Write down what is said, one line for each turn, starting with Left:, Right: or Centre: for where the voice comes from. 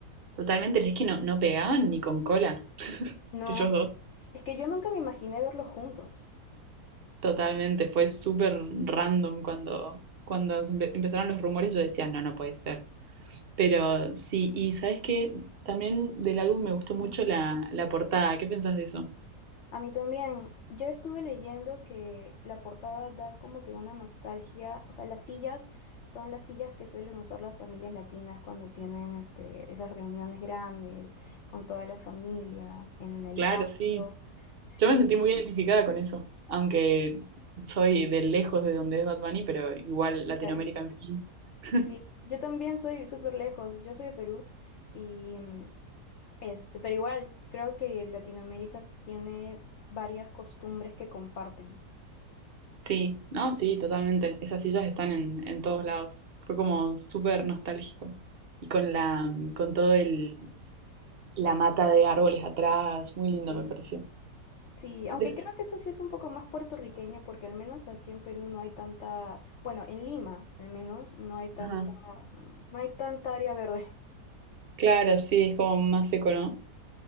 Right: Totalmente, es que no, no pegaban ni con cola. <laughs>
Left: No,
Right: Ellos dos.
Left: es que yo nunca me imaginé verlos juntos.
Right: Totalmente, fue súper random cuando, cuando se empe- empezaron los rumores, yo decía, no, no puede ser. Pero sí, y ¿sabes qué? También del álbum me gustó
Left: Ujú.
Right: mucho la, la portada. ¿Qué pensás de eso?
Left: A mí también, yo estuve leyendo que la portada da como que una nostalgia, o sea, las sillas son las sillas que suelen usar las familias latinas cuando tienen este, esas reuniones grandes con toda la familia en el
Right: Claro,
Left: patio.
Right: sí.
Left: Sí.
Right: Yo me sentí muy identificada con eso, aunque soy de lejos de donde es Bad Bunny, pero igual Latinoamérica,
Left: Claro.
Right: en fin. <laughs>
Left: Sí, yo también soy súper lejos, yo soy de Perú y mm, este, pero igual creo que Latinoamérica tiene varias costumbres que comparten.
Right: Sí, no, sí, totalmente. Esas sillas están en, en todos lados. Fue como súper nostálgico. Y con la, mm, con todo el, la mata de árboles atrás, muy lindo
Left: Sí.
Right: me pareció.
Left: Sí, aunque
Right: De-
Left: creo que eso sí es un poco más puertorriqueño porque al menos aquí en Perú no hay tanta, bueno, en Lima al menos no hay tanta,
Right: Ajá.
Left: mm, no hay tanta área verde,
Right: Claro, sí, es como más seco, ¿no?